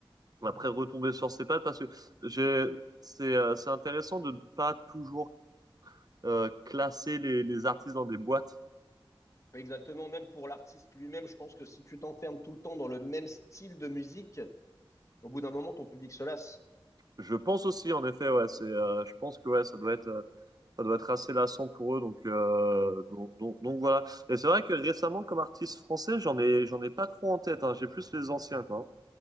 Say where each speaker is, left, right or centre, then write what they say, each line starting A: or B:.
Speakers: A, on the right; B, on the left.
A: euh, après retomber sur ses pattes, parce que j'ai c'est euh, c'est intéressant de ne pas toujours euh, classer les, les artistes dans des boîtes.
B: Exactement. Même pour l'artiste lui-même, je pense que si tu t'enfermes tout le temps dans le même style de musique, au bout d'un moment, ton public se lasse.
A: Je pense aussi, en effet, ouais, c'est, euh, je pense que ouais, ça doit être, euh, ça doit être assez lassant pour eux, donc, euh, donc, donc, donc voilà. Et c'est vrai que récemment, comme artiste français, j'en ai, j'en ai pas trop en tête, hein. J'ai plus les anciens, quoi.